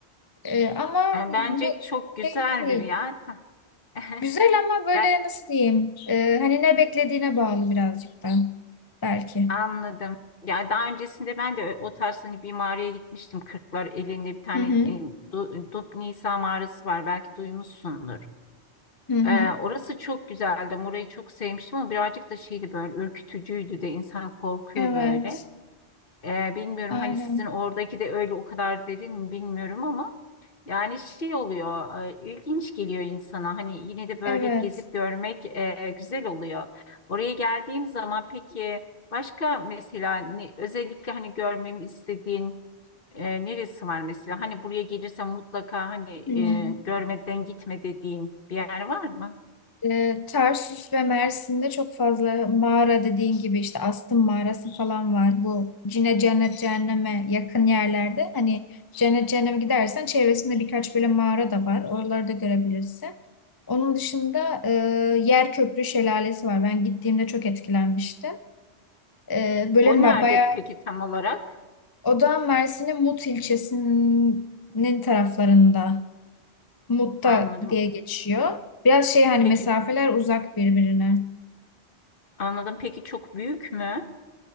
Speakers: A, on the left; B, on the left.
A: Ee, ama
B: E, Bence
A: bu
B: çok güzeldir
A: şey değil.
B: ya. Ta- <laughs>
A: Güzel ama böyle
B: Yani
A: nasıl diyeyim? Ee, hani ne beklediğine bağlı birazcık da belki.
B: anladım. Ya daha öncesinde ben de o tarz hani bir mağaraya gitmiştim. Kırklar elinde bir tane
A: Hı hı.
B: e, Du- Dupnisa mağarası var. Belki duymuşsundur.
A: Hı hı.
B: E, orası çok güzeldi. Orayı çok sevmiştim ama birazcık da şeydi böyle ürkütücüydü de insan korkuyor
A: Evet.
B: böyle. Ee, bilmiyorum
A: Aynen.
B: hani sizin oradaki de öyle o kadar derin mi bilmiyorum ama yani şey oluyor e, ilginç geliyor insana hani yine de böyle
A: Evet.
B: gezip görmek e, güzel oluyor. Oraya geldiğim zaman peki başka mesela ne- özellikle hani görmemi istediğin e, neresi var mesela? Hani buraya gelirsem mutlaka hani
A: Hı.
B: e, görmeden gitme dediğin bir yer var mı?
A: E, Tarsus ve Mersin'de çok fazla mağara dediğin gibi işte Astım mağarası falan var. Bu cine cennet cehenneme yakın yerlerde. Hani cennet cehenneme gidersen çevresinde birkaç böyle mağara da var. Oraları da görebilirsin. Onun dışında e, Yer Köprü Şelalesi var. Ben gittiğimde çok etkilenmiştim. E, böyle
B: O
A: ma-
B: nerede
A: bayağı
B: peki tam olarak?
A: o da Mersin'in Mut ilçesinin taraflarında. Mut'ta
B: Anladım.
A: diye geçiyor. Biraz şey hani
B: Peki
A: mesafeler uzak birbirine.
B: anladım. Peki çok büyük mü?